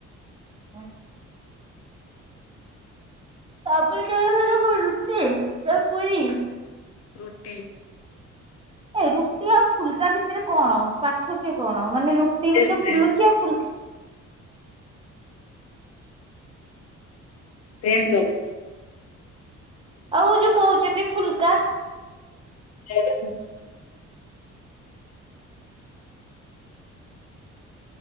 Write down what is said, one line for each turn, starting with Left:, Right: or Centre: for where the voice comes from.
Right: ହ ତା <inaudible> ରୁଟି ନା ପୁରି
Left: ରୁଟି
Right: ଏ ରୁଟି ଆଉ ଫୁଲକା ଭିତରେ କଣ ପାର୍ଥକ୍ୟ କଣ ମାନେ ରୁଟି
Left: ସେମ୍
Right: ବି ତ
Left: ସେମ୍
Right: ଫୁଲୁଛି ଆଉ ଫୁଲ
Left: ସେମ ସବୁ
Right: ଆଉ ଯୋଉ କହୁଛନ୍ତି ଫୁଲକା
Left: ସେ <inaudible>